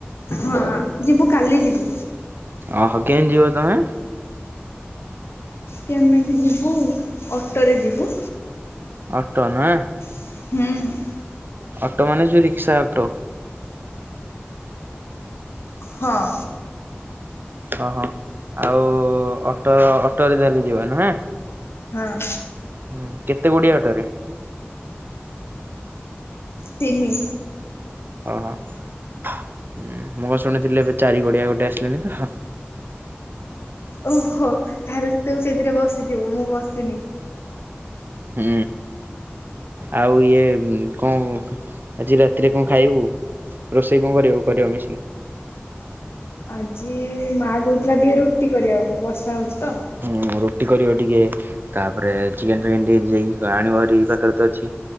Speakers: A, on the left; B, on the right.
A: ହଁ ଯିବୁ କାଲି ଯିବୁ
B: ଓହୋ କେନ ଯିବ ତମେ
A: କେମିତି ଯିବୁ ଅଟୋରେ ଯିବୁ
B: ଅଟୋ ନା
A: ହୁଁ
B: ଅଟୋ ମାନେ ଯୋଉ ରିକ୍ସା ଅଟୋ।
A: ହଁ
B: ଓହୋ ଆଉ--ଅଟୋ ଅଟୋରେ ଧରିକି ଯିବ ନୁହେଁ।
A: ହଁ
B: ହୁଁ କେତେ ଗୁଡିଆ ଓଟୋ ରେ
A: ତିନି
B: ଓହୋ ମୁଁ ଶୁଣିଥିଲି ଏବେ ଚାରି ଗୁଡିଆ ଗୋଟେ ଆସିଲାଣି ତ
A: ଓହୋ--ତାହେଲେ ତୁ ସେଥିରେ ବସିଥିବୁ ମୁଁ ବସିନି
B: ହୁଁ। ଆଉ ଇଏ କଣ ଆଜି ରାତିରେ କଣ ଖାଇବୁ? ରୋଷେଇ କଣ କରିବ କରିବା ମିଶିକି?
A: ଆଜି ମା କହୁଥିଲା ଟିକେ ରୁଟି କରିବାକୁ ବର୍ଷା ହଉଛି ତ।
B: ଉଁ-ଉ ରୁଟି କରିବ ଟିକେ, ତାପରେ ଚିକେନ୍ ଫିକେନ୍ ଟିକେ ଯାଇକି ଆଣିବ ଭାରି ପାଖରେ ତ ଅଛି।